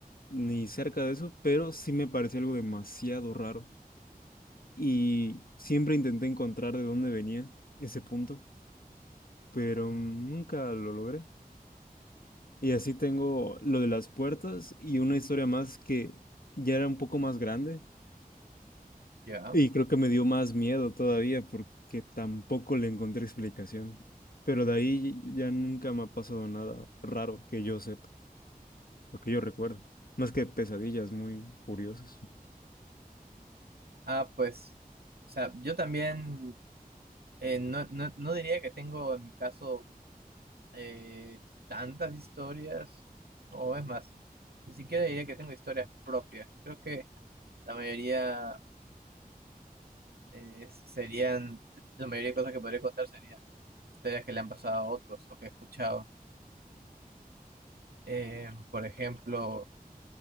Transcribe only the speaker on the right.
Ya.
Ah, pues, o sea, yo también eh, no, no, no diría que tengo en mi caso eh, tantas historias, o es más, ni siquiera diría que tengo historias propias. Creo que la mayoría eh, serían, la mayoría de cosas que podría contar serían historias que le han pasado a otros o que he escuchado. Eh, por ejemplo,